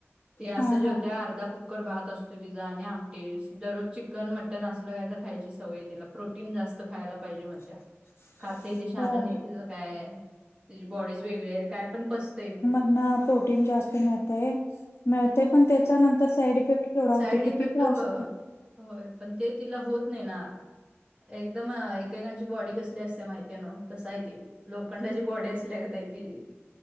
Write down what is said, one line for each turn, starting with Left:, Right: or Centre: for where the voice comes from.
Right: असं
Left: हा
Right: जेवत्या
Left: हा
Right: अर्ध्या कुक कुकर भात असतो तिचा. आणि आमटी. दररोज चिकन, मटन असलं काय तर खायची सवय आहे तिला. प्रोटीन जास्त खायला पाहिजे म्हणत्या.
Left: <inaudible>
Right: खातय ते शान
Left: होय.
Right: नाही तिचं काय, तिची बॉडीज वेगळी आहे. काय पण पचतंय.
Left: मधन प्रोटीन जास्त मिळतय. मिळतय पण त्याच्या नंतर साईड इफेक्ट केवढा होतोय.
Right: साईड
Left: किती
Right: इफेक्ट
Left: त्रास
Right: हो
Left: होतोय.
Right: होय. पण ते तिला होत नाही ना. एकदम एकेकांची बॉडी कसली असत्या माहितीय नव. तस आहे ते. लोखंडाची बॉडी असल्यागत आहे तिची.